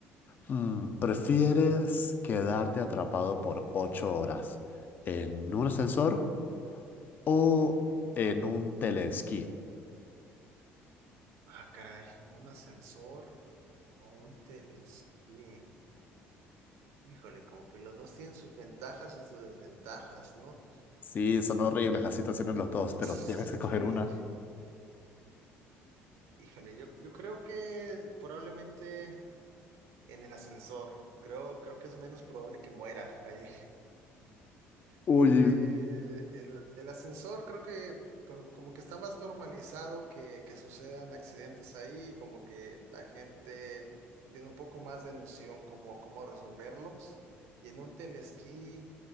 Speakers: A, on the left; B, on the right.
A: Mm, ¿prefieres quedarte atrapado por ocho horas en un ascensor o en un telesquí?
B: Ah, caray, un ascensor. Un telesquí. Híjole, como que los dos tienen sus ventajas y sus desventajas, ¿no?
A: Sí, son horribles las situaciones los dos, pero
B: Sí,
A: tienes que escoger una.
B: híjole, yo, yo creo que probablemente en el ascensor. Creo, creo que es menos probable que muera ahí.
A: Uy,
B: Porque el, el ascensor creo que como como que está más normalizado que, que sucedan accidentes ahí, como que la gente tiene un poco más de noción como cómo resolverlos. Y en un telesquí